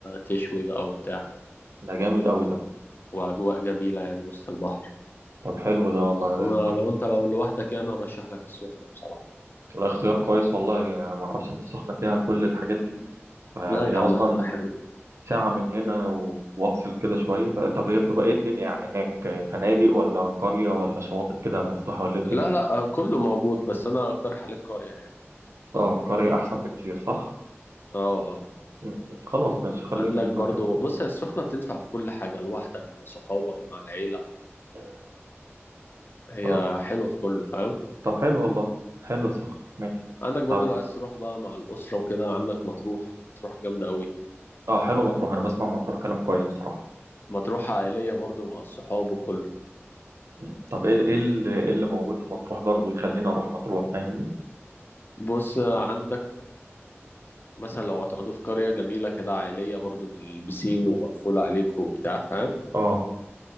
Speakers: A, on the left; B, on the right.
A: تشوي بقى وبتاع
B: ده جامد قوي ده
A: وأجواء جميلة يعني وسط البحر
B: طب حلو ده والله
A: أنا
B: ده
A: لو أنت لو لوحدك يعني أرشح لك السخنة بصراحة
B: ده اختيار كويس والله يعني انا ما اعرفش ان السخنه فيها كل الحاجات دي فهي
A: لا يا
B: اصلا
A: عم هتبقى حلو
B: ساعة من هنا و- وافصل كده شوية ف- طب هي بتبقى ايه الدنيا يعني هناك آه، فنادق ولا قرية ولا شواطئ كده مفتوحة ولا ايه الدنيا
A: لا لا آه، كله موجود بس أنا أقترح عليك قرية يعني
B: اه قرية احسن بكتير صح
A: اه اه
B: م- م. خلاص ماشي خليني
A: عندك
B: قرية
A: برضو
B: أحسن.
A: بص هي السخنة بتنفع في كل حاجة لوحدك مع صحابك مع العيلة
B: م.
A: هي
B: اه
A: حلوة في كله فاهم
B: طب حلو والله حلو السخن ماشي
A: عندك برضو
B: طب
A: لو عايز تروح بقى مع الأسرة وكده عندك مطروح مطروح جامدة أوي
B: اه حلو مطروح انا بسمع مطروح كلام كويس بصراحة
A: مطروح عائلية برضو مع الصحاب وكله
B: م. طب ايه ايه اللي إيه اللي موجود في مطروح برضو يخليني اروح مطروح فاهمني
A: بص عندك مثلا لو هتقعدوا في قرية جميلة كده عائلية برضو بالبسين ومقفولة عليكم وبتاع فاهم
B: اه